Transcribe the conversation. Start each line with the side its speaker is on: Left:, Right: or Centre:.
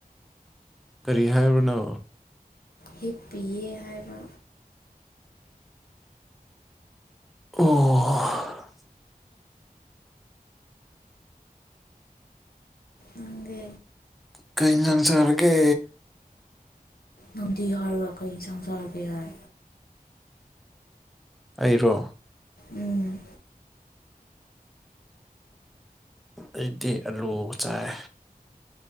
Centre: ꯀꯔꯤ ꯍꯥꯏꯕꯅꯣ
Left: ꯍꯤꯞꯄꯤꯌꯦ ꯍꯥꯏꯕ
Centre: ꯑꯣ
Left: ꯅꯪꯗꯤ
Centre: ꯀꯩ ꯏꯟꯖꯥꯡ ꯆꯥꯔꯒꯦ
Left: ꯅꯪꯗꯤ ꯍꯥꯏꯔꯒ ꯀꯩ ꯌꯦꯟꯁꯥꯡ ꯆꯥꯔꯒꯦ ꯍꯥꯏ
Centre: ꯑꯩꯔꯣ
Left: ꯎꯝ
Centre: ꯑꯩꯗꯤ ꯑꯂꯨꯒ ꯆꯥꯏ